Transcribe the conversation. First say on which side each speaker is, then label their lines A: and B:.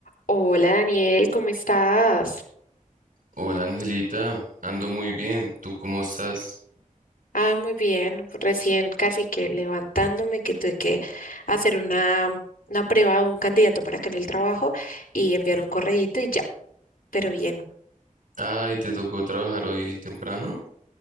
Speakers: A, on the left; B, on the right.
A: Hola Daniel, ¿cómo estás?
B: Hola Angelita, ando muy bien. ¿Tú cómo estás?
A: Ah, muy bien, recién casi que levantándome que tuve que hacer una, una prueba a un candidato para acá en el trabajo y enviar un correíto y ya, pero bien.
B: Ay, ¿te tocó trabajar hoy temprano?